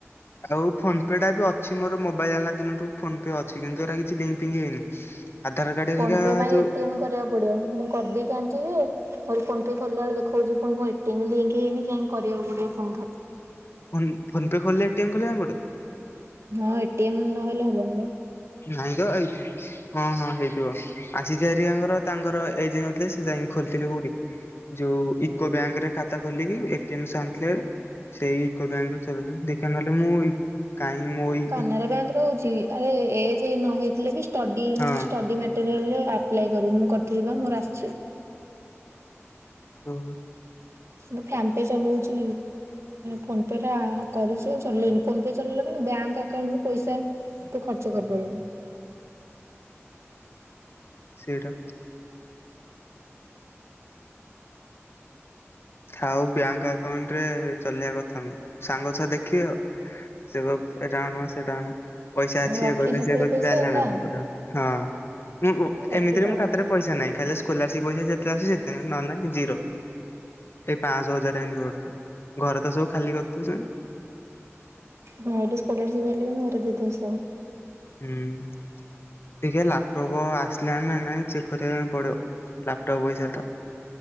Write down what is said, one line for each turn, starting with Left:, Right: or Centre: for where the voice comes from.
Left: ଆଉ ଫୋନ୍ ପେ ଟା ବି ଅଛି, ମୋର ମୋବାଇଲ ଆଣିଲା ଦିନଠୂ ଫୋନ୍ ପେ ଅଛି କିନ୍ତୁ ଏଟା କିଛି ଲିଙ୍କ ଫିଙ୍କ୍ ହେଇନି। ଆଧାର କାର୍ଡ
Right: ଫୋନ
Left: ହରିକା
Right: ପେ ପାଇଁ
Left: ଯୋଉ
Right: ଏଟିଏମ କରିବାକୁ ପଡିବ, ମୁଁ କରିଦେଇ ଚାଣିଛି ଯେ ମୋର ଫୋନ୍ ପେ ଖୋଲି ଲା ବେଳେ ଦେଖାଉଛି ପୁ ଣି କଣ ଏଟିଏମ୍ ଲିଙ୍କ ହେଇନି ଯାଇକି କରିବାକୁ ପଡ଼ିବ ପୁଣି ଥରେ।
Left: ଫୋନ୍ ଫୋନ ପେ ଖୋଲିଲେ ଏଟିଏମ୍ ଖୋୋଲିଵାକୁ ପଡିଵ।
Right: ହଁ ଏଟି ଏମ୍ ନହେଲେ ହବନି ବା।
Left: ନାଇଁ ତ ଏଇ ହଁ, ହଁ ହେଇଥିବ ଆସିସ ହରିଆାଙ୍କର ତାଙ୍କର ଏ ଯ ହୋଇ ନ ନଥିଲାସେ ଯାଇକି ଖୋଲିଥିଲେ କଉଠି। ଯୋଉ ଇକୋ ବ୍ୟାଙ୍କରେ ଖାତା ଖୋଲିକି ଏଟିଏମ୍ ସହ ଆଣିଥିଲେ ଭାରି। ସେଇ ଇକୋ ବ୍ୟାଙ୍କ ରେ ତୁଲାଉଛନ୍ତି ଦେଖିବା ନହେଲେ ମୁଁ କାଇଁ ମୋଇପ୍
Right: କାନାରା ବ୍ୟାଙ୍କ ରେ ହଉଛି ଆରେ ଏ ଯ ନ ହେଇଥିଲେ ବି ଷ୍ଟଡି
Left: ହଁ
Right: ମାନେ ଷ୍ଟଡି ମା ସିରିଏଲରେ ଆପ୍ଲାଏ କରିବୁ ମୁଁ କରିଥିଲି ବା ମୋର ଆସିଛି।
Left: ହୁ।
Right: ମୁ ଫାନ୍ ପେ ଚଲାଉଛି ଫୋନ ପେ ଟା କରିଚି ଆଉ ଚଲେଇନି ଫୋନ ପେ ଚଲେଇଲେ କଣ ବ୍ୟାଙ୍କ ଆକାଉଣ୍ଟ ରୁ ପଇସା ତୁ ଖର୍ଚ୍ଚ କରିପାରିବୁ।
Left: ସେଇଟା। ଥାଉ ବ୍ୟାଙ୍କ ଆକାଉଣ୍ଟ ରେ ଚଲେଇିବା କଥା ନୁହେଁ ସାଙ୍ଗ ଛୁଆ ଦେଖିବେ ଆଉ। ସେ କହିଵଏଟା ଆଣ ସେଟା ଆଣ ପଇସା ଅଛି
Right: ରଖିଛୁ
Left: ଇଏ କରଦି ସିଏ
Right: ପୁଳେ
Left: କରିଵି
Right: ପଇସା
Left: ଜାହେଲେ
Right: ଆଉ
Left: ଆଣି
Right: ନା
Left: ବା ପାଇଁ ପଡିବ। ହଁ ମୁଁ
Right: ରଖିଥା
Left: ଏମିତିରେ ମୁ ଖାତରେ ପଇସା ନାହିଁ ଖାଲି ସ୍କଲାରସିପ୍ ପଇସା ଯେତେବେଳେ ଆସୁଛି ସେତେଵେଳେ ନ ହେଲେ ଜିରୋ। ଏଇ ପାଞ୍ଚଶହ ହଜାର ଏମିତି ଗଡୁଥିଵ ଘରେ ତ ସବୁ ଖାଲି କରିଦେଉଛନ୍ତି।
Right: ମୁଁ ଏଠି ସ୍କଲରସିପ ପାଇଲେ ବି ମୁଁ ଘରେ ଦେଇ ଦେଉଛି ସଵୁ।
Left: ଉଁ। ଦେଖିଆ ଲାପଟପ୍ ଆସିଲାଣି ନାଇଁ ଚେକ୍ କରିବା ପାଇଁ ପଡିବ ଲାପଟପ୍ ପଇସା ଟା।